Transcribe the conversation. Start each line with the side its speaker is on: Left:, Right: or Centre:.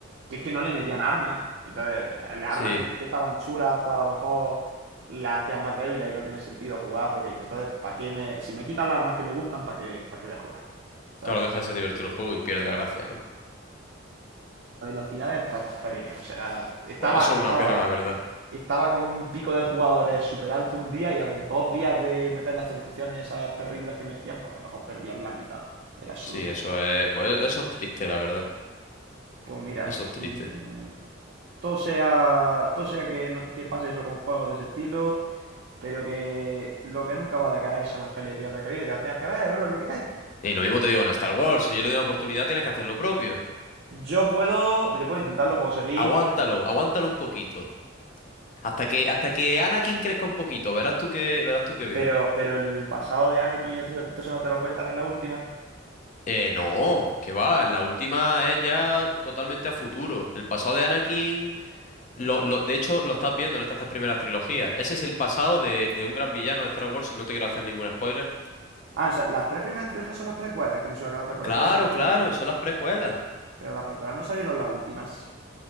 Right: que es que no le metían armas. Entonces, eh, las
Left: Sí,
Right: armas que, que estaban chulas, pues a lo mejor las hacían más débiles y no tiene sentido jugar porque dices entonces, ¿para qué me, si me quitan las armas que me gustan, ¿para qué, para qué voy a jugar? ¿Sabes?
Left: claro, deja de ser divertido el juego y pierde la gracia, ¿no?
Right: estratosféricas. O sea, estaba,
Left: Pues eso
Right: estaba,
Left: es una pena, la verdad.
Right: estaba con un pico de jugadores súper alto un día y a los dos días de meter las actualizaciones esas terribles que metían, pues a lo mejor perdían la mitad. Era absurdo.
Left: Sí, eso es, pues eso es triste, la verdad.
Right: Pues mira,
Left: Eso es triste.
Right: mm, todo sea, todo sea que, no- que pase eso con juegos de ese estilo, pero que lo que nunca va a decaer son las pelis de piratas del Caribe. Te las tienes que ver, bro, es lo que hay.
Left: Y lo mismo te digo en Star Wars, si yo le doy una oportunidad, tienes que hacer lo propio.
Right: Yo puedo, yo puedo intentarlo, puedo seguir,
Left: Aguántalo, aguántalo un poquito. Hasta que, hasta que Anakin crezca un poquito, verás tú que, verás tú que bien.
Right: pero, pero el pasado de Anakin, entonces no te lo cuentan en la última.
Left: Eh, no, que va, la última es ya totalmente a futuro. El pasado de Anakin Lo, lo- de hecho, lo estás viendo en estas tres primeras trilogías. Ese es el pasado de, de un gran villano de Star Wars, y no te quiero hacer ningún spoiler.
Right: Ah, o sea, las tres primeras trilogías son las precuelas. Es que me suena que las precuelas
Left: Claro,
Right: salieron después.
Left: claro, son las precuelas.
Right: Pero las precuelas no salieron las últimas.